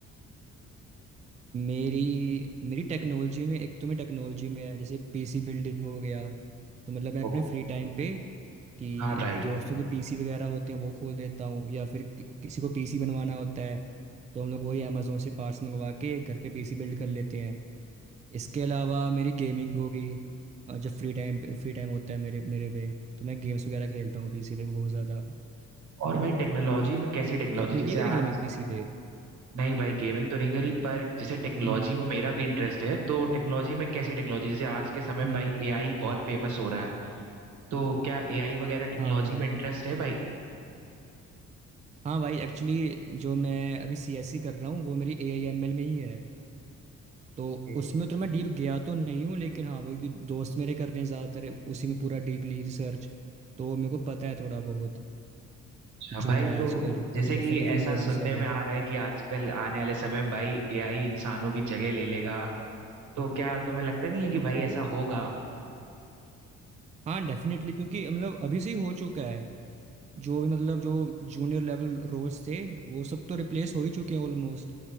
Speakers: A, on the right (about 25°); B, on the right (about 70°).
A: मेरी मेरी टेक्नोलॉजी में एक तो मैं टेक्नोलॉजी में है जैसे पीसी बिल्डिंग हो गया तो मतलब मैं
B: ओ,
A: अपने फ्री टाइम पे कि
B: हाँ भाई
A: दोस्तों के पीसी वगैरह होते हैं वो खोल देता हूँ या फिर कि- किसी को पीसी बनवाना होता है तो हम लोग वही अमेज़ोन से पार्ट्स मंगवा के घर पे पीसी बिल्ड कर लेते हैं इसके अलावा मेरी गेमिंग हो गई अ, जब फ्री टाइम फ्री टाइम होता है मेरे मेरे पे तो मैं गेम्स वगैरह खेलता हूँ पीसी पे बहुत ज़्यादा
B: और भाई टेक्नोलॉजी में कैसी टेक्नोलॉजी
A: आपने
B: जैसे
A: की है कभी गेमिंग
B: आज
A: पीसी पे
B: नहीं भाई गेमिंग तो नहीं करी पर जैसे टेक्नोलॉजी
A: हम्म
B: में मेरा भी इंटरेस्ट है तो टेक्नोलॉजी में कैसी टेक्नोलॉजी जैसे आज के समय में
A: हम्म
B: भाई एआई बहुत फेमस हो रहा है तो क्या एआई वगैरह टेक्नोलॉजी
A: हाँ हाँ
B: में इंटरेस्ट है भाई
A: हाँ भाई एक्चुअली जो मैं अभी सीएससी कर रहा हूँ वो मेरी ए आई एम एल में ही है तो
B: हम्म।
A: उसमें उतना मैं डीप गया तो नहीं हूँ लेकिन हाँ वो कि दोस्त मेरे कर रहे हैं ज़्यादातर उसी में पूरा डीपली रिसर्च तो मेरे को पता है थोड़ा बहुत
B: अच्छा
A: चल
B: भाई
A: रहा है
B: तो
A: आजकल
B: जैसे
A: डिफरेंट
B: कि
A: डिफरेंट
B: ऐसा
A: मॉडल्स
B: सुनने
A: हो गए
B: में आ रहा है कि आजकल आने वाले समय में भाई एआई इंसानों की जगह ले लेगा तो क्या तुम्हें लगता नहीं है कि भाई ऐसा होगा
A: हाँ डेफिनेटली क्योंकि मतलब अभी से ही हो चुका है जो भी मतलब जो जूनियर लेवल रोल्स थे वो सब तो रिप्लेस हो ही चुके हैं ऑलमोस्ट